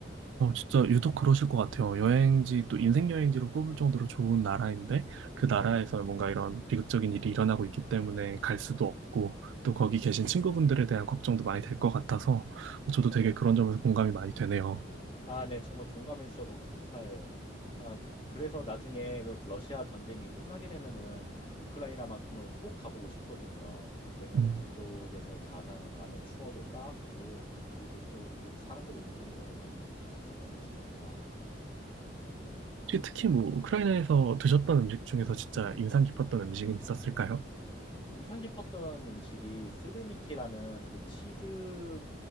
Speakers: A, on the right; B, on the left.
A: 어, 진짜 유독 그러실 것 같아요. 여행지, 또 인생 여행지로 꼽을 정도로 좋은 나라인데, 그 나라에서
B: 네,
A: 뭔가 이런 비극적인 일이 일어나고 있기 때문에 갈 수도 없고, 또 거기 계신 친구분들에 대한 걱정도 많이 될 것 같아서, 저도
B: 네.
A: 되게 그런 점에서 공감이 많이 되네요.
B: 아, 네, 정말 공감해 주셔서 감사해요. 아, 그, 그래서 나중에 그 러시아 전쟁이 끝나게 되면은 우크라이나만큼은 꼭 가보고 싶거든요. 왜냐하면
A: 음.
B: 그쪽에서 가장 많은 추억을 쌓았고, 그리고 또 이제 사람들이 온정도 많이 느낄 수 있었던 곳이니까.
A: 혹시 특히 뭐, 우크라이나에서 드셨던 음식 중에서 진짜 인상 깊었던 음식은 있었을까요?
B: 인상 깊었던 음식이 스르니키라는 그 치즈